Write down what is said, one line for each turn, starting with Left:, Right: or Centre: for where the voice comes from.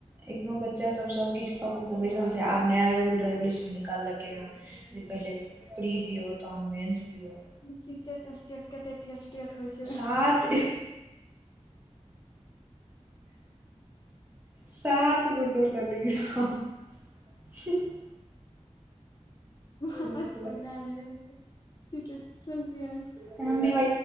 Right: एखनो बच्चा सब सबकिछु कऽ कऽ के बैसल छै आब नया रूल रेगुलेशन निकाललकै ह पहिले प्री दियौ तहन मेन्स दियौ।
Left: सीटेट एस्टेट एते टेटटेट होइ छै।
Right: सात सात एकगो टोटल एग्जाम हह <inaudible>
Left: हक
Right: तऽ
Left: पढ़तायै सीटेट सुनतियन
Right: तऽ हम भी भ